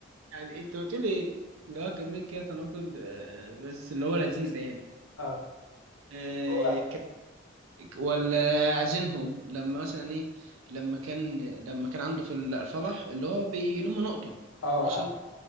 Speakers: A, on the right (about 80°); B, on the left (about 90°).
A: يعني انت قلت لي اللي هو جميل كده تناقض آه، بس اللي هو لذيذ يعني
B: اه
A: آه،
B: هو
A: ولا عايزينهم لما مثلا ايه لما كان لما كان عنده في الفرح اللي هو بيلم نقطة
B: اه
A: ماشي
B: عارفه